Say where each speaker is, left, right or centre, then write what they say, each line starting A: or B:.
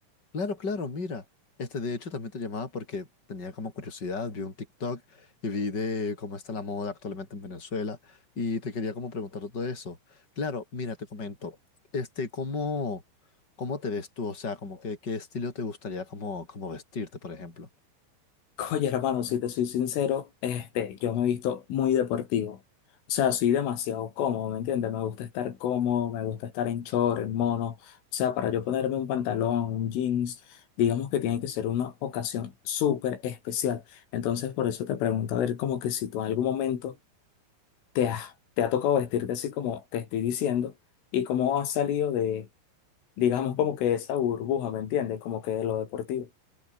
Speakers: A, on the left; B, on the left.
A: Claro, claro, mira. Este, de hecho, también te llamaba porque tenía como curiosidad, vi un TikTok y vi de cómo está la moda actualmente en Venezuela y te quería como preguntar todo eso. Claro, mira, te comento, este, ¿cómo, cómo te ves tú? O sea, como que, qué estilo te gustaría como, como vestirte, por ejemplo.
B: Oye, hermano, si te soy sincero, este, yo me he visto muy deportivo. O sea, soy demasiado cómodo, ¿me entiendes? Me gusta estar cómodo, me gusta estar en short, en mono. O sea, para yo ponerme un pantalón, un jeans, digamos que tiene que ser una ocasión súper especial. Entonces, por eso te pregunto, a ver, como que si tú en algún momento te has, te ha tocado vestirte así como te estoy diciendo y cómo has salido de, digamos, como que esa burbuja, ¿me entiendes? Como que de lo deportivo.